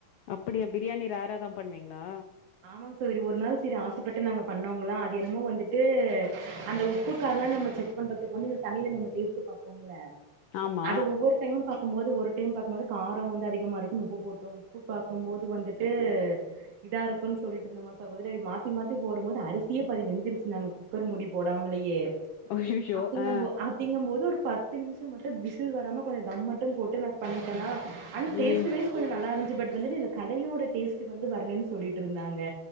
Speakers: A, on the left; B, on the right.
A: அப்டியா பிரியாணி ரேரா தான் பண்வீங்ளா
B: ஆமாங்க சகோதரி ஒரு நாள் சரி ஆசைப்பட்டு நாங்க பண்ணோங்களா அது என்னமோ வந்துட்டு அந்த உப்புக்காரலாம் நம்ம செக் பண்றதுக்கு வந்து இந்த தண்ணியில நம்ம டேஸ்ட் பாப்போங்ள
A: ஆமா.
B: அது ஒவ்வொரு டைமும் பாக்கும்போது ஒரு டைம் பாக்கும்போது கார அ வந்து அதிகமா இருக்குனு உப்பு போட்டோம் உப்பு பாக்கும்போது வந்துட்டு இதா இருக் குன்னு சொல்லிட்டு இந்த மாசா <unintelligible> மாத்தி மாத்தி போடும்போது அரிசியே பாதி வெந்துருச்சு நாங்க குக்கர் மூடி போடாமலயே
A: அய்யய்யோ!
B: அப்டிங்க
A: ஆ,
B: போ அப்டிங்கபோது ஒரு பத்து நிமிஷம் மட்டும் விசில் வராம கொஞ்சம் தம் மட்டும் போட்டு நான் பண்ணிட்டனா ஆனா டேஸ்டு
A: ம்.
B: வைஸ் கொஞ்ச நல்லா இரு பட் வந்துட்டு இது கடையோட டேஸ்ட் வந்து வரலேன்னு சொல்லிட் ட்ருந்தாங்க